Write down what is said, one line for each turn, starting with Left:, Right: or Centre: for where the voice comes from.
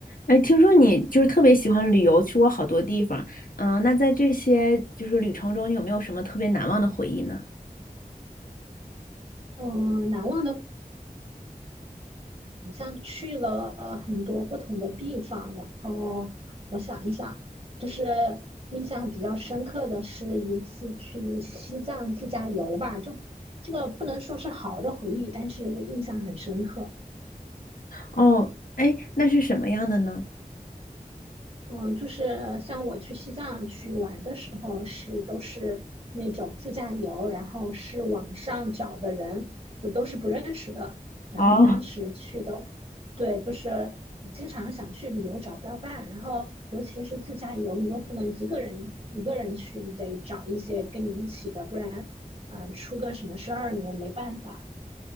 Left: 哎，听说你就是特别喜欢旅游，去过好多地方。嗯、那在这些就是旅程中，你有没有什么特别难忘的回忆呢？
Right: 嗯，难忘的好像去了很多不同的地方，然后我想一想，就是印象比较深刻的是一次去西藏自驾游吧，就这个不能说是好的回忆，但是印象很深刻。
Left: 哦，哎，那是什么样的呢？
Right: 嗯，就是像我去西藏去玩的时候是，都是那种自驾游，然后是网上找的人，就都是不认识的。然后当时去都，
Left: 哦，
Right: 对，就是经常想去旅游找不到伴，然后尤其是自驾游，你又不能一个人一个人去，你得找一些跟你一起的，不然，嗯、出个什么事儿你也没办法。